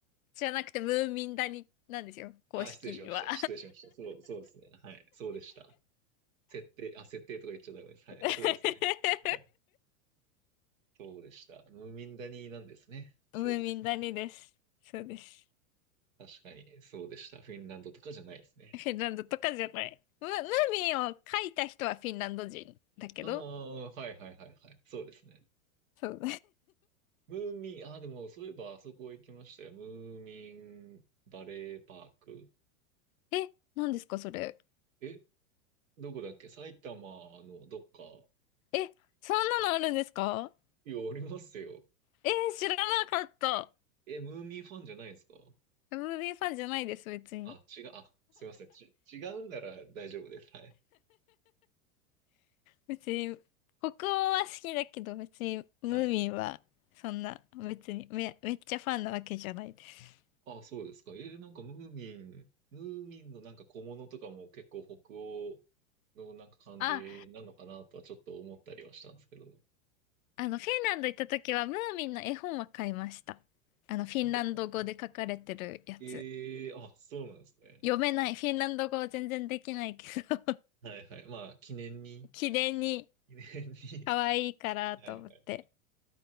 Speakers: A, on the left; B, on the right.
A: じゃなくて、ムーミン谷なんですよ、公式は。
B: あー、失礼しました。失礼しました。そう、そうですね。はい。そうでした。設定、あ、設定とか言っちゃダメです。はい。
A: <laughs>
B: そうですね。はい。そうでした。ムーミンダニーなんですね。
A: ムーミン谷です。
B: そうです。
A: そうです。
B: 確かに、そうでした。フィンランドとかじゃないですね。
A: フィンランドとかじゃない。ム、ムーミンを書いた人はフィンランド人だけど。
B: ああ、はいはいはいはい。そうですね。
A: そう。
B: ムーミン、ああ、でも、そういえば、あそこ行きましたよ。ムーミンバレーパーク。
A: <laughs> え、何ですか、それ。
B: え、どこだっけ埼玉のどっか。
A: え、そんなのあるんですか
B: いや、ありますよ。
A: えー知らなかった。
B: え、ムーミンファンじゃないんですか
A: ムーミンファンじゃないです、別に。
B: あ、違う、あ、すみません。ち、違うなら大丈夫です。はい。
A: 別に、北欧は好きだけど、別にムーミンは、
B: はい。
A: そんな、別にめ、めっちゃファンなわけじゃないです。
B: あ、そうですか。えーなんかムーミン、ムーミンのなんか小物とかも結構北欧のなんか感じなのかなとはちょっと思ったりはしたんですけど。
A: ああの、フィンランド行った時は、ムーミンの絵本は買いました。あの、フィンランド語で書かれてるやつ。
B: あええあ、そうなんですね。
A: 読めない。フィンランド語は全然できないけど
B: はいはい。まあ、記念に、
A: <laughs> 記念に
B: 記念に。
A: 可愛いからと思って。
B: <laughs> はいはい。